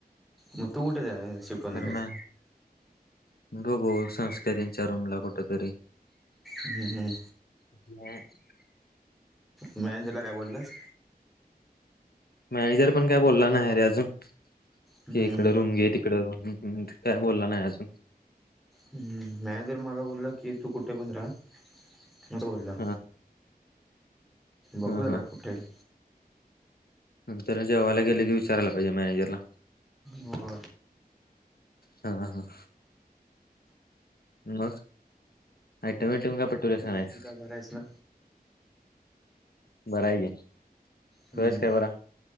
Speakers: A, in the centre; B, on the left.
A: मग तू कुठे शिफ्ट होणार
B: तर म <unintelligible> गो संस्था त्यांच्या रूमला कुठेतरी.
A: हम्म.
B: <inaudible>
A: मॅनेंजर ला काय बोललास?
B: मॅनेजर पण काय बोलला नाही रे अजून,
A: हम्म
B: कि इकड रूम घे त तिकडं. काय बोलला नाही अजून.
A: हम. मॅनेजर मला बोलला की, तू कुठे पण राहा. अस बोलला.
B: हा.
A: बघूया
B: हा
A: आता
B: हा
A: कुठेय.
B: तेला जेवायला गेलं की विचारायला पाहिजे. मॅनेजर ला.
A: हो.
B: हा हा. मग आयटम बीयटम काय पटवलायस की नाहीस?
A: बाकी काय बरं आहेस ना
B: बरं आहे की.
A: हम्म
B: तू हायस काय बरा?